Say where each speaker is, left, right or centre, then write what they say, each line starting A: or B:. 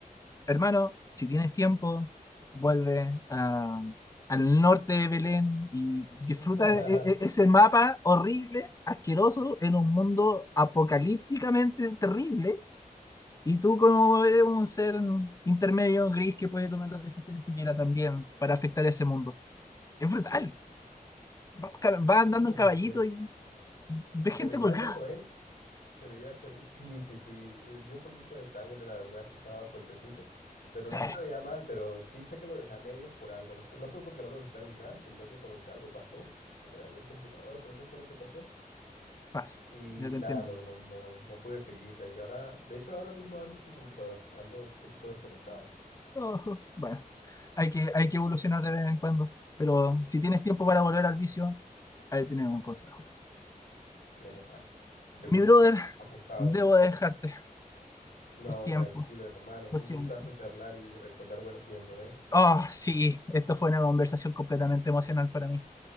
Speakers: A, on the left; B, on the left.
A: hermano, si tienes tiempo, vuelve a- al norte de Belén y disfruta
B: <laughs>
A: e- e- ese mapa horrible, asqueroso, en un mundo apocalípticamente terrible. Y tú como eres un ser intermedio, gris, que puede tomar las decisiones que quiera también para afectar ese mundo. Es brutal. Vas ca- vas
B: Sí,
A: andando
B: lo comencé.
A: en caballito y ves gente
B: Se veía
A: colgada.
B: bueno, ¿eh? Se veía, se ve- Sí, sí, sí. eh, vi un poquito de sangre, la verdad es que estaba fuertecito, pero no
A: Sí,
B: se veía mal, pero sí sé que lo dejé a medias por algo. No, fue- no fue porque no me gustara ni nada, sino que como que algo pasó, se me dañó el computador, creo que fue lo que pasó.
A: paso.
B: Y
A: Yo te entiendo.
B: nada, no, no, no, no pude seguirla. Y ahora, de hecho, ahora mismo ando sin computador, ando un poquito desconectado.
A: Ojo. Bueno, hay que, hay que evolucionar de vez en cuando. Pero si tienes tiempo
B: Y,
A: para volver al vicio, Ahí tienes un consejo.
B: epa, The
A: Mi
B: Witcher,
A: brother,
B: apuntado.
A: debo de dejarte.
B: No,
A: Es tiempo.
B: tranquilo, hermano.
A: Lo
B: Un
A: siento.
B: gustazo charlar y recordar buenos tiempos, ¿eh?
A: Oh, sí, esto fue una conversación completamente emocional para mí.